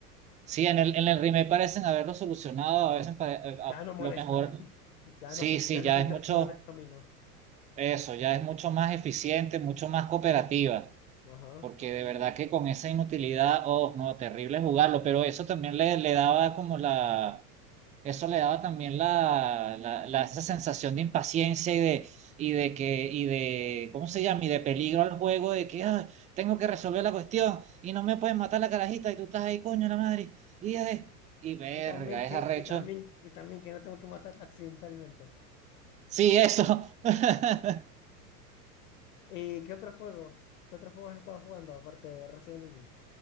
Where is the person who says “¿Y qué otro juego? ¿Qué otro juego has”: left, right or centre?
Left